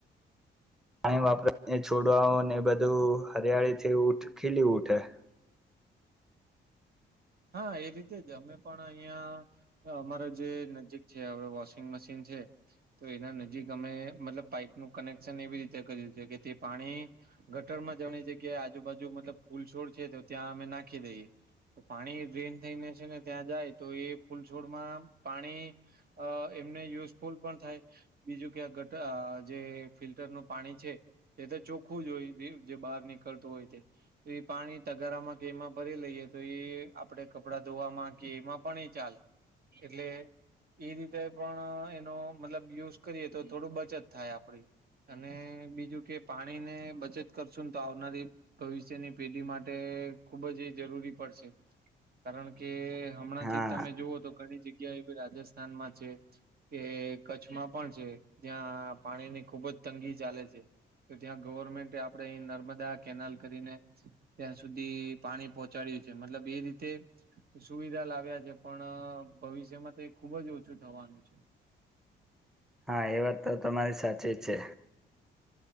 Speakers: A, in the centre; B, on the right.
A: પાણી વાપરાને છોડવા ઓને બધું હરિયાળી થી ઉ ખીલી ઉઠે.
B: હા, એ રીતે જ અમે પણ અહિયાં. અમારા જે નજીક છે હવે વોશિંગ મશીન છે. તો એના નજીક અમે, મતલબ પાઈપનું કનેક્શન એવી રીતે કર્યું છે કે તે પાણી ગટરમાં જવાની જગ્યા આજુબાજુ, મતલબ ફૂલ છોડ છે, તો ત્યાં અમે નાખી દઈએ. તો પાણી ડ્રેન થઈને છે ને ત્યાં જાય, તો એ ફૂલછોડમાં પાણી. અ એમને યુઝફુલ પણ થાય. બીજું કે ગટ જે ફિલ્ટર નું પાણી છે. તે તો ચોખ્ખું જ હોય, જે બહાર નીકળતું હોય તે. તો એ પાણી તગારામાં એમાં ભરી લઈએ તો એ આપડે કપડા ધોવામાં કે એમાં પણ એ ચાલે એટલે એ રીતે પણ એનો મતલબ યુઝ કરીએ તો થોડું બચત થાય આપડી. અને બીજું કે પાણી ને બચત કરશું ને, તો આવનારી ભવિષ્યની પેઢી માટે ખુબ જ એ જરૂરી પડશે. કારણ કે હમણાં થી
A: હા
B: જ તમે જુઓ તો ઘણી જગ્યા એવી રાજસ્થાનમાં છે. એ કચ્છમાં પણ છે, જ્યાં પાણીની ખુબ જ તંગી ચાલે છે. તો ત્યાં ગવર્મેન્ટ આપણેે અહી નર્મદા કેનાલ કરીને ત્યાં સુધી પાણી પોહોંચાડ્યું છે મતલબ એ રીતે તે સુવિધા લાવ્યા છે પણ ભવિષ્યમાં તે ખુબ જ ઓછું થવાનું છે <inaudible>
A: હા એ વાત તો તમારી સાચી જ છે